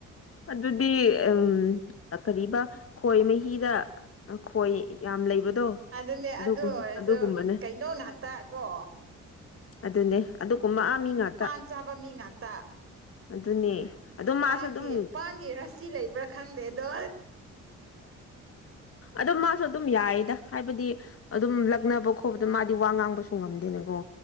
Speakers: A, on the left; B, on the right.
A: ꯑꯗꯨꯗꯤ ꯎꯝ ꯑ ꯀꯔꯤꯕ ꯈꯣꯏ ꯃꯍꯤꯗ ꯑ ꯈꯣꯏ ꯌꯥꯝ ꯂꯩꯕꯗꯣ
B: ꯑꯗꯨꯅꯦ
A: ꯑꯗꯨꯒꯨꯝ
B: ꯑꯗꯨ ꯑꯣꯏꯔꯁꯨ
A: ꯑꯗꯨꯒꯨꯝꯕꯅꯦ
B: ꯀꯩꯅꯣ ꯉꯥꯛꯇ ꯀꯣ
A: ꯑꯗꯨꯅꯦ ꯑꯗꯨꯒꯨꯝꯕ ꯃꯤ ꯉꯥꯛ
B: ꯄꯥꯟ ꯆꯥꯕ ꯃꯤ ꯉꯥꯛꯇ
A: ꯑꯗꯨꯅꯦ ꯑꯗꯨꯝ ꯃꯥꯁꯨ
B: ꯄꯥꯟꯒꯤ
A: ꯑꯗꯨꯝ
B: ꯄꯥꯟꯒꯤ ꯔꯥꯁꯤ ꯂꯩꯕ꯭ꯔꯥ ꯈꯪꯗꯦ ꯑꯗꯣ
A: ꯑꯗꯣ ꯃꯥꯁꯨ ꯑꯗꯨꯝ ꯌꯥꯏꯌꯦꯗ ꯍꯥꯏꯕꯗꯤ ꯑꯗꯨꯝ ꯂꯛꯅꯕ ꯈꯣꯠꯄꯗ ꯃꯥꯗꯤ ꯋꯥ ꯉꯥꯡꯕꯁꯨ ꯉꯝꯗꯦꯅꯀꯣ